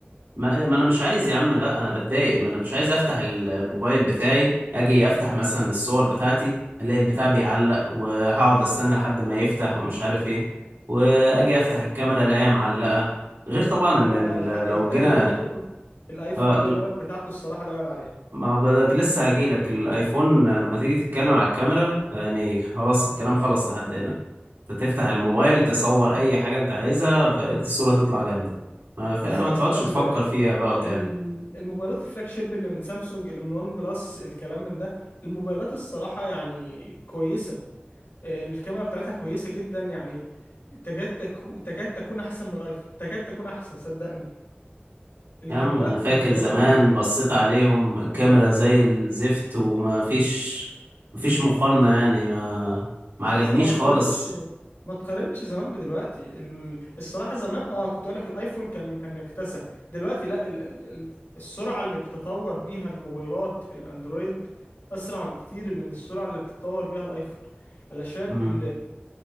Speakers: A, on the right; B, on the left.
A: ما, إيه، ما انا مش عايز يا عم لا انا بتضايق ما انا مش عايز افتح الموبايل بتاعي اجي افتح مثلا الصور بتاعتي الاقي البتاع بيعلق وهقعد استنى لحد ما يفتح ومش عارف ايه واجي افتح الكاميرا الاقيها معلقة غير طبعا ان
B: هو
A: ال-
B: الحق
A: لو
B: يتقال
A: جينا
B: برضه الايفون
A: آه،
B: الكاميرا
A: لا،
B: بتاعته الصراحه لا يعلى عليها
A: ما بدك لسه هجيلك الايفون لما تيجي تتكلم على الكاميرا يعني خلاص الكلام خلص لحد هنا انت تفتح
B: إمم.
A: الموبايل تصور اي حاجة انت عايزها فالصورة تطلع جامدة ما فما
B: بس يا
A: تقعدش
B: اسطى ال-
A: تفكر فيها بقى وتعمل
B: ال- الموبايلات الفلاج شيب اللي من سامسونج اللي من وان بلس الكلام من ده الموبايلات الصراحة يعني كويسة آه، الكاميرا بتاعتها كويسة جدا يعني تكاد تكو تكاد تكون احسن من الايفون تكاد تكون احسن صدقني الكاميرات
A: يا عم انا فاكر
B: الفوجات
A: زمان
B: العالية
A: بصيت عليهم الكاميرا زي الزفت وما فيش ما فيش مقارنة يعني ما, ما عجبنيش
B: يا اسطى ما تقارنش
A: خالص
B: ما تقارنش زمان بدلوقتي ال- الصراحة زمان اه كنت اقول لك الايفون كان كان مكتسح دلوقتي لا ال ال ال- السرعة اللي بتطور بيها الموبايلات الاندرويد اسرع بكتير من السرعة اللي بتطور بيها الايفون علشان
A: مم.
B: ال-